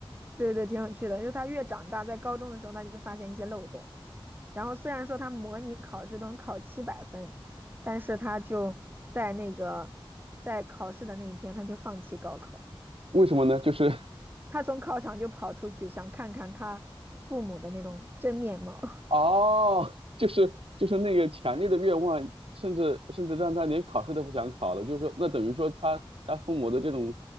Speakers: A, on the right; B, on the right.
A: 对对，挺有趣的。就他越长大，在高中的时候，他就发现一些漏洞。然后虽然说他模拟考试能考七百分，但是他就在那个在考试的那一天，他就放弃高考，
B: 为什么呢？就是 <laughs>
A: 他从考场就跑出去，想看看他父母的那种真面貌。
B: 哦，<laughs> 就是就是那个强烈的愿望，甚至甚至让他连考试都不想考了，就是说，那等于说他他父母的这种